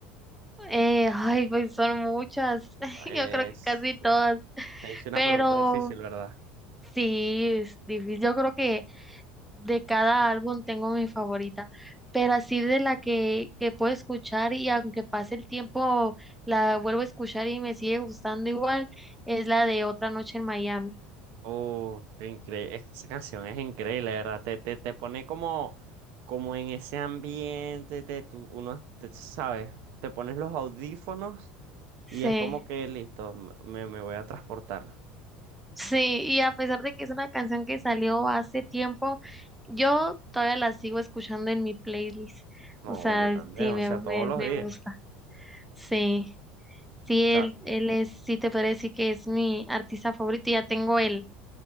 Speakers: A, in the centre; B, on the right.
A: Eh, ay, pues son muchas, <laughs>
B: Es-
A: yo creo que casi todas,
B: eh, te hice una
A: pero...
B: pregunta difícil, ¿verdad?
A: Sí, es difícil. Yo creo que de cada álbum tengo mi favorita, pero así de la que, que puedo escuchar y aunque pase el tiempo la vuelvo a escuchar y me sigue gustando igual, es la de Otra Noche en Miami.
B: Oh, increíble. Esa canción es increíble, ¿verdad? Te, te, te pone como, como en ese ambiente, te, tú, uno, te- ¿sabes? Te pones los audífonos y
A: Sí,
B: es como que listo, m- me, me voy a transportar.
A: sí, y a pesar de que es una canción que salió hace tiempo, yo todavía la sigo escuchando en mi playlist.
B: No,
A: O sea,
B: yo también,
A: sí,
B: o
A: me,
B: sea, todos
A: me,
B: los
A: me
B: días.
A: gusta. Sí, sí,
B: O sea,
A: él, él es, sí te podría decir que es mi artista favorito y ya tengo el